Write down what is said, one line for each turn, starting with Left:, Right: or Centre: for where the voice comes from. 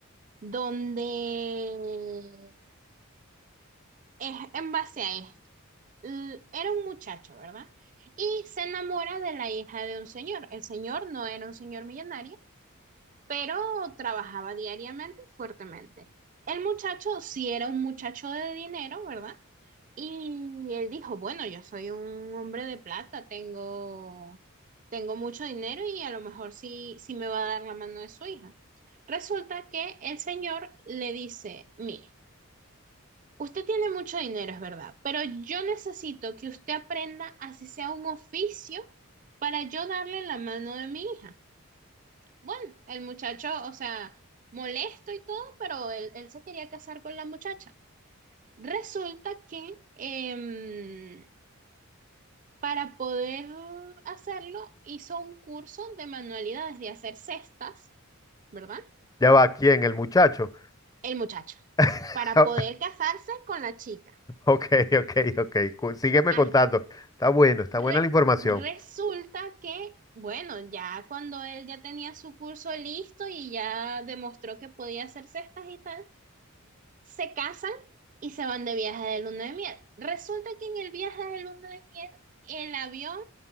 Right: Donde es en base a esto. l- era un muchacho, ¿verdad? Y se enamora de la hija de un señor. El señor no era un señor millonario, pero trabajaba diariamente y fuertemente. El muchacho sí era un muchacho de dinero, ¿verdad? Y él dijo, bueno, yo soy un hombre de plata, tengo, tengo mucho dinero y a lo mejor sí, sí me va a dar la mano de su hija. Resulta que el señor le dice, mira, Usted tiene mucho dinero, es verdad, pero yo necesito que usted aprenda así sea un oficio para yo darle la mano de mi hija. Bueno, el muchacho, o sea, molesto y todo, pero él, él se quería casar con la muchacha. Resulta que em, para poder hacerlo hizo un curso de manualidades de hacer cestas, ¿verdad?
Left: Ya va, ¿quién? El muchacho.
Right: El muchacho,
Left: <laughs>
Right: para poder casarse con la chica.
Left: Ok, ok, ok. Cu- Sígueme
Right: Ajá.
Left: contando. Está bueno, está
Right: Re-
Left: buena la información.
Right: resulta que, bueno, ya cuando él ya tenía su curso listo y ya demostró que podía hacer cestas y tal, se casan y se van de viaje de luna de miel. Resulta que en el viaje de luna de miel el avión